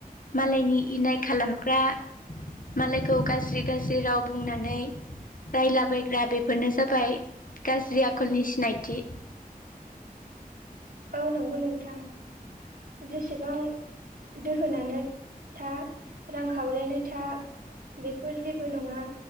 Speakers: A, on the left; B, on the right.
A: मालायनि इनाय खालामग्रा मालायखौ गाज्रि गाज्रि राव बुंनानै रायला बायग्रा बेफोरनो जाबाय गाज्रि आ खलनि सिनायथि
B: औ नंगौ नोंथां जेसेबां दोहोनानो था रांखावरियानो था बेफोर जेबो नङा